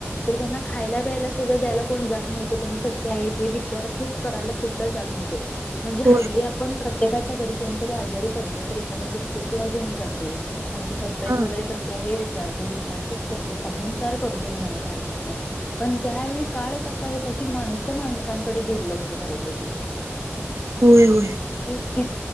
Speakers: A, on the left; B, on the right.
A: तर त्यांना खायला प्यायला सुद्धा द्यायला कोण जात न्हवते त्यांनी कसे आहेत? हे विचारपूस करायला सुद्धा जात नव्हते, म्हणजे
B: होय
A: हल्ली आपण प्रत प्रत्येकाच्या घरी कोणतरी आजारी पडल तर, एखादा बिस्कट पुढा घेऊन जातो त्यांची तब्येत
B: हा
A: वगैरे कशी आहे हे विचारतो. विचारपुस करतो. पाहूनचार करतो. म्हणायला का हरकत नाही पण त्यावेळी काळचं- - होता की माणस माणसांकडे दुर्लक्ष करत होते.
B: होय, होय.
A: किती